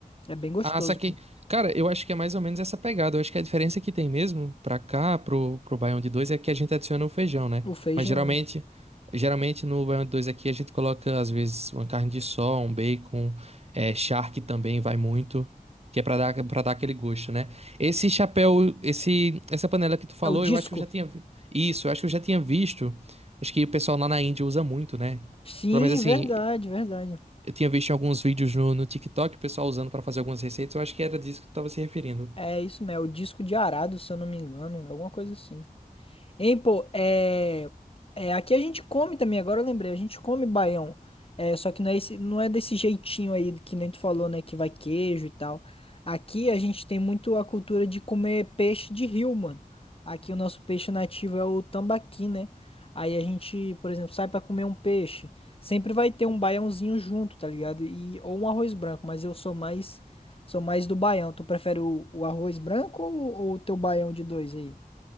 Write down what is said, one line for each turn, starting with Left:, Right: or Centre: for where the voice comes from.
Left: É bem gostoso,
Right: Ah, saquei.
Left: mano.
Right: Cara, eu acho que é mais ou menos essa pegada. Eu acho que a diferença que tem mesmo pra cá, pro, pro Baião de dois é que a gente adiciona o feijão, né?
Left: O feijão.
Right: Mas geralmente, geralmente no Baião de dois aqui a gente coloca, às vezes, uma carne de sol, um bacon, é, charque também vai muito, que é pra dar, pra dar aquele gosto, né? Esse chapéu, esse, essa panela que tu falou,
Left: É o disco.
Right: eu acho que eu já tinha... vi- Isso, eu acho que eu já tinha visto. Acho que o pessoal lá na Índia usa muito, né?
Left: Sim,
Right: Pelo menos assim.
Left: verdade, verdade.
Right: Eu tinha visto alguns vídeos no, no TikTok, o pessoal usando pra fazer algumas receitas. Eu acho que era disso que tu tava se referindo.
Left: É isso mesmo, é o disco de arado, se eu não me engano, alguma coisa assim. Hein, pô, é, é, aqui a gente come também, agora eu lembrei, a gente come baião. É, só que não é, esse, não é desse jeitinho aí que nem tu falou, né? Que vai queijo e tal. Aqui a gente tem muito a cultura de comer peixe de rio, mano. Aqui o nosso peixe nativo é o tambaqui, né? Aí a gente, por exemplo, sai pra comer um peixe. Sempre vai ter um baiãozinho junto, tá ligado? E, ou um arroz branco, mas eu sou mais, sou mais do baião. Tu prefere o, o arroz branco ou, ou o teu baião de dois aí?